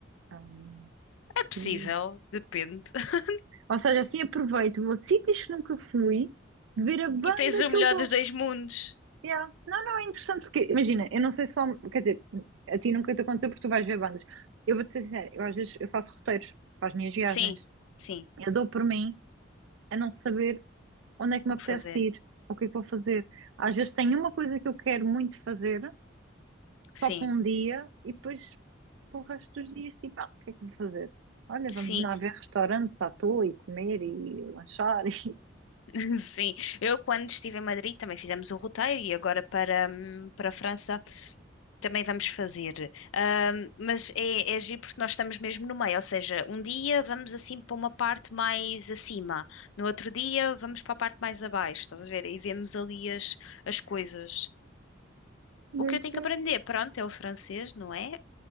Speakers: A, on the right (about 75°); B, on the left (about 85°).
A: Hum,
B: É possível,
A: e-
B: depende. <laughs>
A: Ou seja, assim aproveito, vou a sítios que nunca fui, ver a banda
B: E tens o
A: que
B: melhor
A: eu gosto.
B: dos dois mundos.
A: Yeah. Não, não, é interessante porque, imagina, eu não sei só, quer dizer, a ti nunca te aconteceu porque tu vais ver bandas. Eu vou-te ser sincera, eu às vezes eu faço roteiros para as minhas viagens.
B: Sim, sim.
A: Eu dou por mim a não saber onde é que me
B: O que
A: apetece
B: fazer?
A: ir, ou o que é que vou fazer. Às vezes tenho uma coisa que eu quero muito fazer,
B: Sim,
A: só para um dia, e depois para o resto dos dias, tipo, ah, o que é que vou fazer? Olha,
B: sim,
A: vamos lá ver restaurantes à toa e comer e lanchar <laughs> e
B: <laughs> sim. Eu, quando estive em Madrid, também fizemos o roteiro e agora para, hum, para a França. Também vamos fazer. Ahm, mas é, é agir porque nós estamos mesmo no meio, ou seja, um dia vamos assim para uma parte mais acima, no outro dia vamos para a parte mais abaixo, estás a ver? E vemos ali as, as coisas.
A: muito.
B: O que eu tenho que aprender, pronto, é o francês, não é?